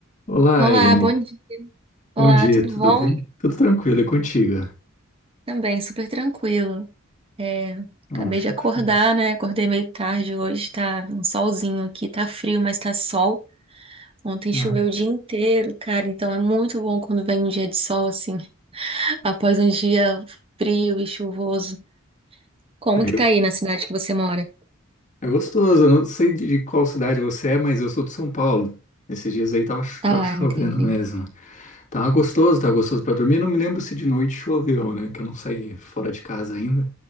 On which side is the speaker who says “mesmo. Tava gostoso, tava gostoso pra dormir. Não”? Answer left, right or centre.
Left